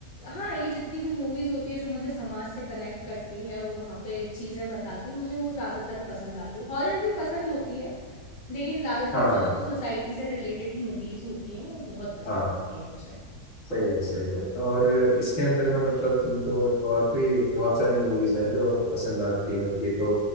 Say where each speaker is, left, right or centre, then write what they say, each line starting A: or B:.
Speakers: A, on the left; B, on the left.
A: हाँ, ये जितनी भी मूवीज़ होती है जो मुझे समाज से कनेक्ट करती है, वो वहाँ पे चीज़ें बताती है, मुझे वो ज़्यादातर पसंद आती है। हॉरर भी पसंद होती है, लेकिन ज़्यादातर
B: हाँ
A: जो सोसाइटी से रिलेटेड मूवीज़ होती हैं, वो बहुत पसंद
B: हाँ
A: होती है मुझे।
B: सही है सही है और इसके अंदर में मतलब तुमको और भी बहुत सारी मूवीज हैं जो पसंद आती हैं उनकी तो